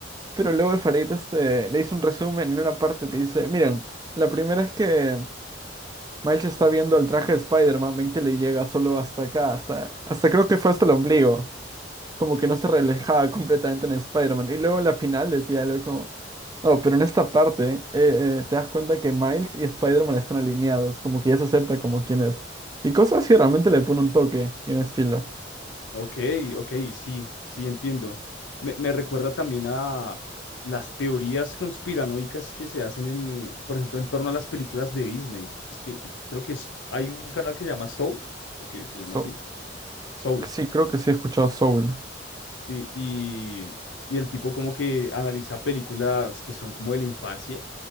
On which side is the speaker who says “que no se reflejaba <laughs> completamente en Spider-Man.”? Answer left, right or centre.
Right